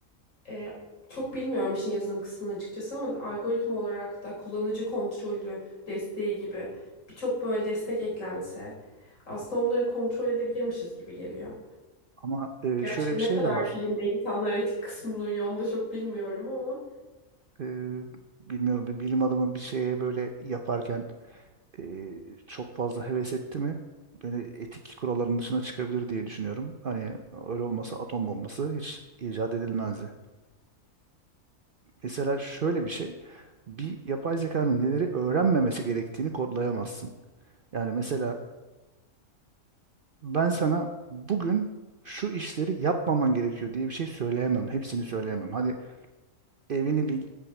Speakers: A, on the left; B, on the right.
A: E, çok bilmiyorum işin yazılım kısmını açıkçası ama algoritma olarak da kullanıcı kontrolü desteği gibi birçok böyle destek eklense aslında onları kontrol edebilirmişiz gibi geliyor.
B: Ama e,
A: Gerçi
B: şöyle bir
A: ne
B: şey
A: kadar
B: de var.
A: bilimde insanlar etik kısmını uyuyor onu da çok bilmiyorum ama.
B: E, bilmiyorum bir bilim adamı bir şeye böyle yaparken e, çok fazla heves etti mi? Böyle etik kuralların dışına çıkabilir diye düşünüyorum. Hani öyle olmasa atom bombası hiç icat edilmezdi. Mesela şöyle bir şey. Bir yapay zekanın neleri öğrenmemesi gerektiğini kodlayamazsın. Yani mesela ben sana bugün şu işleri yapmaman gerekiyor diye bir şey söyleyemem. Hepsini söyleyemem. Hani evini bil-